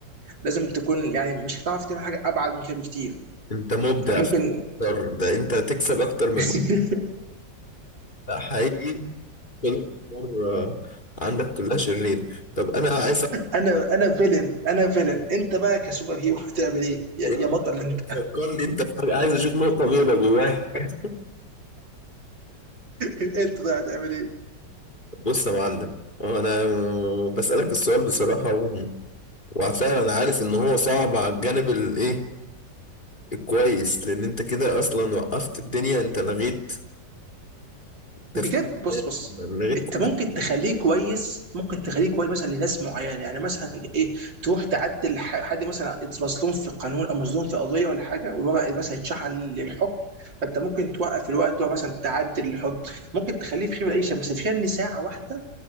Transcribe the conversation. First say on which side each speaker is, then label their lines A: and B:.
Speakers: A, on the right (about 90°); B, on the left (about 25°).
A: لازم تكون يعني مش هتعرف تعمل حاجه ابعد من كده بكتير
B: انت مبدع
A: ممكن
B: في الأفكار. ده انت تكسب اكتر من
A: <laughs>
B: مبدع حقيقي كل الأفكار، آه، عندك كلها شرير طب انا عايز
A: انا انا فيلن انا فيلن انت بقى كسوبر هيرو هتعمل ايه يا
B: يا
A: يا
B: عم
A: بطل
B: لا
A: انت <laughs>
B: فكرني انت في حاجه عايز اشوف نقطه بيضاء جواك
A: انت طيب هتعمل ايه
B: بص يا معلم هو انا بسالك السؤال بصراحه و... وفعلا انا عارف ان هو صعب على الجانب الايه الكويس لان انت كده اصلا وقفت الدنيا انت لغيت تفكير
A: بجد بص
B: الناس،
A: بص
B: لغيت
A: انت
B: كل
A: ممكن
B: حاجه
A: تخليه كويس ممكن تخليه كويس مثلا لناس معينه يعني مثلا ايه تروح تعدل ح- حد مثلا مظلوم في قانون او مظلوم في قضيه ولا حاجه والورق مثلا يتشحن للحكم فانت ممكن توقف الوقت مثلا تعدل الحكم ممكن تخليه في خيمه العيشه بس فيها ان ساعه واحده